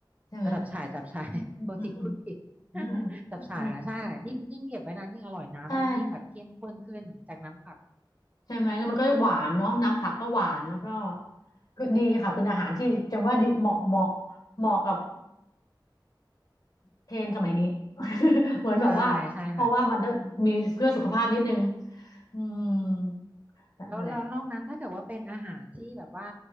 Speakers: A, on the left; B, on the right.
A: ใช่ไหม
B: เออจับฉ่ายจับฉ่าย
A: อืมอืมอืม
B: <laughs> โทษทีพูดผิด
A: อืม
B: <laughs> จับฉ่ายค่ะใช่ค่ะยิ่งยิ่งเก็บไว้นานยิ่งอร่อยน้ำมันยิ่งแบบเข้มข้นขึ้นจากน้ำผัก
A: อืม <laughs> ใช่ใช่ไหมแล้วมันก็หวานเนาะน้ำผักก็หวานแล้วก็ก็ดีค่ะเป็นอาหารที่จังว่าดีเหมาะเหมาะเหมาะกับ เทรนด์สมัยนี้ <laughs> เหมือนแบบว่าเพราะว่ามันต้องมีเพื่อสุขภาพนิดนึง
B: ใช่ใช่ค่ะ
A: อืมนั่นแหละ
B: แล้วแล้วนอกนั้นถ้าเกิดว่าเป็นอาหารที่แบบว่า